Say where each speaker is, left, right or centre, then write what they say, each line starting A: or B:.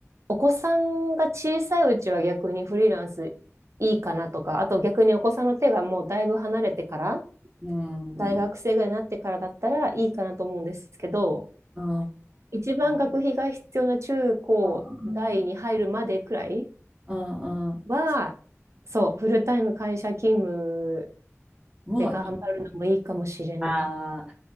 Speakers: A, on the right; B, on the right.
A: お子さんが小さいうちは逆にフリーランスいいかなとか、あと逆にお子さんの手がもうだいぶ離れてから、
B: うん、
A: 大学生ぐらいになってからだったらいいかなと思うんですけど、
B: あ
A: 一番学費が必要な中高大に入るまでくらい
B: ーあ、うん、うん、うん。
A: は、
B: そ
A: そう、フルタイム会社勤務
B: もうい
A: で頑張るのもいいかもしれない。
B: い、ああ